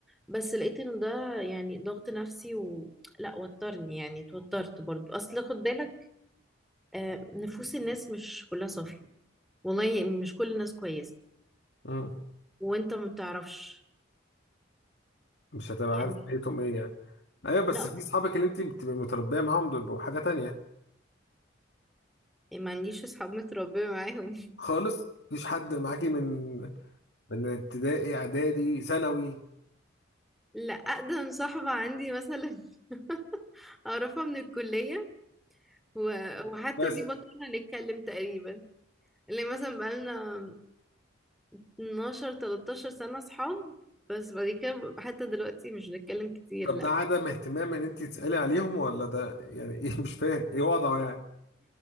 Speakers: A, in the centre; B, on the left.
A: بس لقيت ان ده يعني ضغط نفسي و لا وترني يعني اتوترت برضو اصل خد بالك آه، نفوس الناس مش كلها صافية والله مش كل الناس كويسة
B: مم.
A: وانت ما بتعرفش
B: مش هتبقى
A: يعني
B: عارف نيتهم ايه يعني ايوه بس
A: لا
B: في صحابك اللي انت بتبقي متربيه معاهم دول بيبقوا حاجه تانية
A: ما عنديش اصحاب متربية معاهم <laughs>
B: خالص مفيش حد معاكي من من ابتدائي اعدادي ثانوي
A: لا اقدم صاحبة عندي مثلا <laughs> اعرفها من الكلية و... وحتى
B: بس
A: دي بطلنا نتكلم تقريبا اللي مثلا بقالنا 12 13 سنة صحاب بس بعد كده حتى دلوقتي مش بنتكلم كتير
B: طب
A: لا
B: ده عدم اهتمام ان انت تسالي عليهم ولا ده يعني ايه مش فاهم ايه وضعه يعني